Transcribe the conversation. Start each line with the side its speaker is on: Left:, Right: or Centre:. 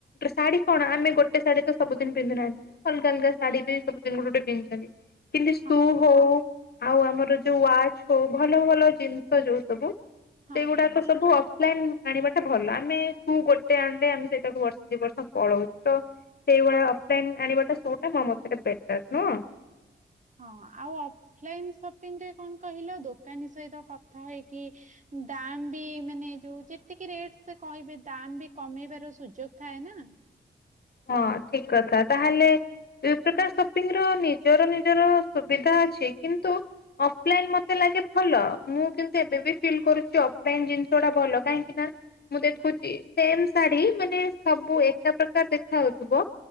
Left: ଶାଢୀ କଣ ଆମେ ଗୋଟେ ଶାଢ଼ୀ ସବୁଦିନ ପିନ୍ଧୁ ନହାନ୍ତି ନା ଅଲଗା ଅଲଗା ଶାଢୀ ବି ସବୁଦିନ ଗୋଟେ ଗୋଟେ ପିଧିଛନ୍ତି । କିନ୍ତୁ ସ୍ତୁ
Right: ହଁ
Left: ହଉ । ଆଉ ଆମର ଯୋଉ ୱାଚ ହଉ ଭଲ ଭଲ ଜିନିଷ ଯୋଉ ସବୁ ସେଇଗୁଡାକ
Right: ହଁ ହଁ।
Left: ସବୁ ଅ ଆଣିବା ଟା ଭଲ ଆମେ ଗୋଟେ ଗୋଟ ଆଣିଲେ ଆମେ ସେଇଟାକୁ ବର୍ଷ ଦି ବର୍ଷ ପଳଉଛୁ ତ ସେଇଭଳିଆ ଅଫଲାଇନ ଆଣିବାଟା ସୁଟ୍ ମୋ ମତରେ ବେଟର ନୁହଁ।
Right: ହଁ ଆଉ ଅଫଲାଇନ ସପିଂ ରେ କଣ କହିଲ ଦୋକାନୀ ସହିତ କଥା ହେଇକି ଦାମ ବି ମାନେ ଯୋଉ ଯେତିକି ରେଟ ସେ କହିବେ ଦାମ ବି କମେଇବାର ସୁଯୋଗ ଥାଏ ନା।
Left: ହଁ ଠିକ କଥା। ତାହେଲେ ଦୁଇ ପ୍ରକାର ସପିଙ୍ଗ ର ନିଜର ନିଜର ସୁବିଧା ଅଛି କିନ୍ତୁ ଅଫଲାଇନ ମତେ ଲାଗେ ଭଲ ମୁଁ କିନ୍ତୁ ଏବେ ବି ଫିଲ୍ କରୁଛି ଅଫଲାଇନ ଜିନିଷ ଗୁଡା ଭଲ କାହିଁକି ନା ମୁଁ ଦେଖୁଛି ସେମ ଶାଢ଼ୀ ମାନେ ସବୁ ଏକା ପ୍ରକାର ଦେଖ ହଉଥିବ